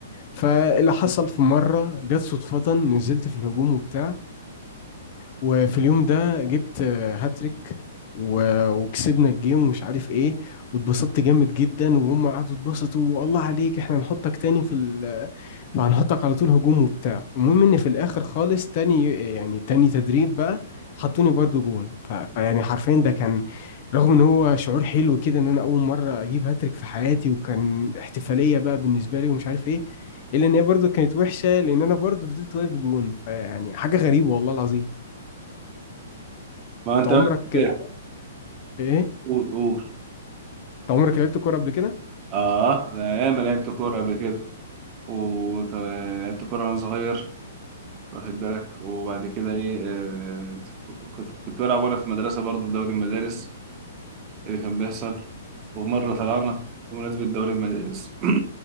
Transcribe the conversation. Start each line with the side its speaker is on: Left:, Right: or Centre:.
Left: فاللي حصل في مره جت صدفه نزلت في الهجوم وبتاع وفي اليوم ده جبت آه، هاتريك و- وكسبنا الجيم ومش عارف ايه واتبسطت جامد جدا وهم قعدوا اتبسطوا والله عليك احنا هنحطك تاني في ال هنحطك على طول هجوم وبتاع المهم ان في الاخر خالص تاني يعني تاني تدريب بقى حطوني برضو جون ف- فيعني حرفيا ده كان رغم ان هو شعور حلو كده ان انا اول مره اجيب هاتريك في حياتي وكان احتفاليه بقى بالنسبه لي ومش عارف ايه الا ان هي برضو كانت وحشه لان انا برضو فضلت واقف جون فيعني حاجه غريبه والله العظيم
Right: ما
Left: انت
Right: انت
Left: عمرك
Right: بقى كده.
Left: ايه انت
Right: قول قول
Left: عمرك لعبت كوره قبل كده
Right: اه انا ياما لعبت كوره قبل كده ولعبت كوره وانا صغير واخد بالك وبعد كده ايه آه كنت كنت بلعب وانا في المدرسه برضه في دوري المدارس اللي كان بيحصل ومرة طلعنا بمناسبة دوري المدارس